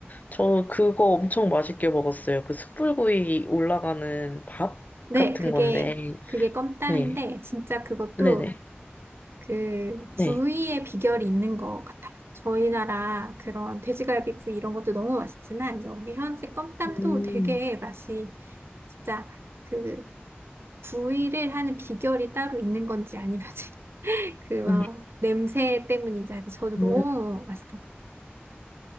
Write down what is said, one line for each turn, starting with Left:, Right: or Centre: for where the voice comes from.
Left: 저는 그거 엄청 맛있게 먹었어요. 그 숯불구이 올라가는 밥
Right: 네,
Left: 같은
Right: 그게
Left: 건데,
Right: 그게 껌땀인데
Left: 네,
Right: 진짜 그것도
Left: 네네,
Right: 그 구이의
Left: 네.
Right: 비결이 있는 것 같아요. 저희 나라 그런 돼지갈비 구이 이런 것도 너무 맛있지만 여기 현지 껌땀도
Left: 음,
Right: 되게 맛이 진짜 그 구이를 하는 비결이 따로 있는 건지 아니면 <laughs> 그 막
Left: 음,
Right: 냄새 때문인지 아직 저도
Left: 음,
Right: 너무 맛있더라고요.